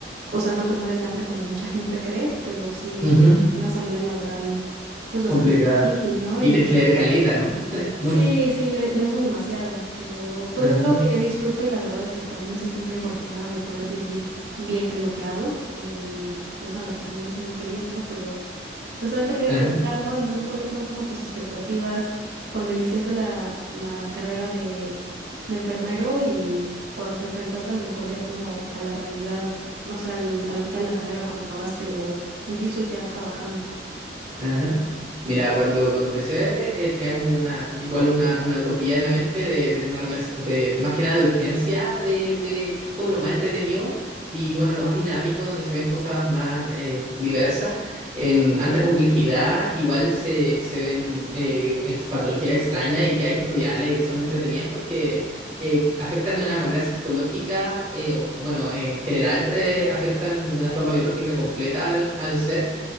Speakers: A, on the right; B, on the right.
A: o sea, no te mueres de hambre como mucha <laughs> gente cree, pero sí
B: <laughs>
A: es
B: Ujú,
A: una salida laboral pues bastante
B: Complicada.
A: difícil, ¿no?
B: Y
A: Y
B: tenés que leer caleta, ¿no? <laughs> Mucho.
A: Sí, sí, le- leemos demasiado, pero pues
B: Ajá,
A: es algo que yo disfruto y la verdad es que también me siento muy afortunada de poder vivir bien de lo que hago. eh, y pues nada, que también me hace muy feliz, ¿no? Pero pues también te quería
B: ajá.
A: preguntar, ¿no? A lo mejor cuáles fueron como tus expectativas cuando iniciaste la, la carrera de, de enfermero y cuando te enfrentaste a lo mejor ya como a la realidad, no sé, al- a la mitad de la carrera cuando acabaste o incluso ya trabajando.
B: Ajá. Mira, cuando empecé eh, tenía como una, igual una, una utopía en la mente de, de una relación, de, más que nada de urgencia, de, de que es como lo más entretenido y bueno, lo más dinámico, donde se ven cosas más eh, diversas, en alta complejidad, igual se, se ven eh, ex- patologías extrañas y que hay que estudiarlas y que son entretenidas porque eh, afectan de una manera psicológica, eh, o, bueno, en general tra- afectan de una forma biológica completa al, al ser